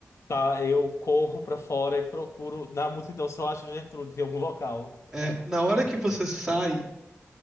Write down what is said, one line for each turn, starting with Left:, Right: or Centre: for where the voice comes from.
Left: Tá, eu corro para fora e procuro na multidão se eu acho Gertrudes em algum local,
Centre: É, na hora que você sai,